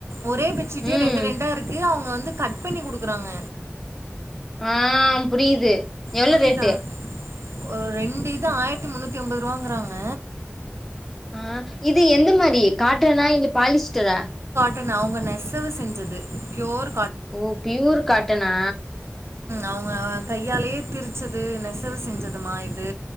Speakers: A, on the right; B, in the centre.
A: ஒரே பெச்சுட்டே
B: ம்
A: ரெண்டு ரெண்டா இருக்கு அவங்க வந்து கட் பண்ணி குடுக்குறாங்க
B: ஆ புரிது எவ்ளோ
A: புரியுதா
B: ரேட்டு
A: ஒரு ரெண்டு இது ஆய்த்தி முன்னூத்தி ஒம்பதுருவாங்கறாங்க
B: ஆ இது எந்த மாரி காட்டனா இல்ல பாலிஸ்டரா
A: பெண் அவுங்க நெசவு செஞ்சது பியோர்
B: ஓ ப்யூர் காட்டனா
A: அவுங்க கையாலயே திரிச்சது நெசவு செஞ்சதுமா இது